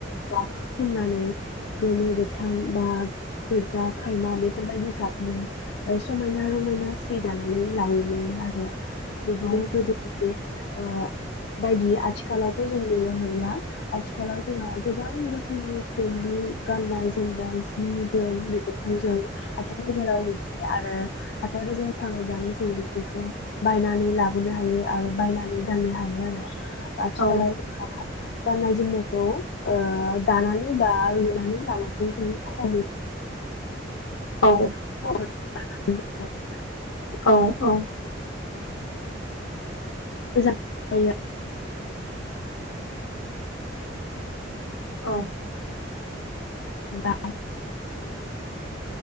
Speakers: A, on the left (about 60°); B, on the left (about 80°).
A: गाब फुननानै गोमो गोथां बा गोजा, खायमा बेफोरबायदि गाबनि समायना रमायना सि दानानै लायोमोनो आरो। बिदिनो
B: औ
A: गोदोनि इसे ओ बायदि आथिखालावथ' जों नुनो मोनला। आथिखालाव जोंहा गोबां रोखोमनि खुन्दु गाननाय -जोमनाय जि -जोम बेफोरखौ जों हाथाय - बाजाराव नुसोयो आरो हाथाय - बाजाराव थाङोब्लानो जों बेफोरखौनो बायनानै लाबोनो हायो आरो बायनानै गाननो हायो आरो आथिखालाव
B: औ
A: जोंहा गाननाय जोमनायखौ दानानै बा लुनानै लानायखौ जों खम
B: औ औ
A: <unintelligible>
B: औ औ
A: मोजां जायो।
B: औ।
A: दा